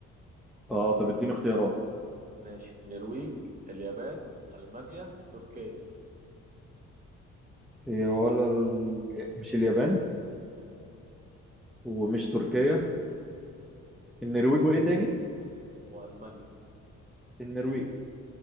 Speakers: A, in the centre; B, on the right (about 25°).
A: اه طب اديني اختيارات
B: ماشي النرويج اليابان المانيا تركيا
A: هي ولا ال... مش اليابان ومش تركيا النرويج وايه تاني
B: والمانيا
A: النرويج